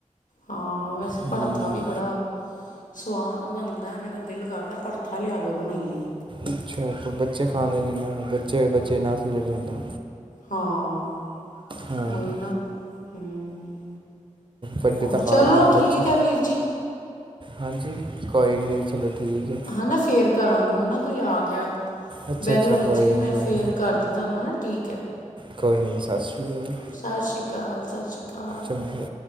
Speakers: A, on the left; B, on the right.
A: ਹਾਂ, ਵੈਸੇ
B: ਹੂੰ
A: ਭੜਥਾ ੜਥਾ ਵੀ ਬੜਾ ਸਵਾਦ ਬਣਦਾ ਹੈ। ਮੇਰਾ ਦਿਲ ਕਰਦਾ ਹੈ, ਭੜਥਾ ਲਿਆ ਕੇ ਬਣਾਈਏ।
B: ਅੱਛਾ ਤੇ ਬੱਚੇ ਖਾਂਦੇ ਨਹੀਂ ਨਾ, ਬੱਚੇ-ਬੱਚੇ ਨਾਕ ਥਲੇ ਨਹੀਂ ਆਂਦਾ।
A: ਹਾਂ
B: ਹਾਂ
A: ਉਹੀ ਨਾ, ਹਮਮ।
B: ਵੱਡੇ
A: ਹੋ
B: ਤਾਂ ਖਾ
A: ਚਲੋ,
B: ਲੈਂਦੇ ਨੇ
A: ਠੀਕ
B: ਬੱਚੇ
A: ਹੈ ਵੀਰ ਜੀ।
B: ਹਾਂਜੀ, ਕੋਈ ਨੀ ਦੀਦੀ ਚਲੋ ਠੀਕ ਹੈ।
A: ਹਨਾ, ਫੇਰ ਕਰਾਂਗੀ, ਉਹ ਨਾ ਕੋਈ ਆ ਗਿਆ,
B: ਅੱਛਾ
A: ਬੈੱਲ
B: ਅੱਛਾ
A: ਵੱਜੀ
B: ਕੋਈ
A: ਮੈਂ
B: ਨਹੀਂ ਕੋਈ
A: ਫੇਰ
B: ਨਹੀਂ
A: ਕਰਦੀ ਤੁਹਾਨੂੰ ਹੈ ਠੀਕ ਹੈ।
B: ਕੋਈ ਨਹੀਂ, ਸਤਿ ਸ੍ਰੀ ਅਕਾਲ।
A: ਸਤਿ ਸ਼੍ਰੀ ਅਕਾਲ, ਸਤਿ ਸ਼੍ਰੀ ਅਕਾਲ
B: ਚੰਗਾ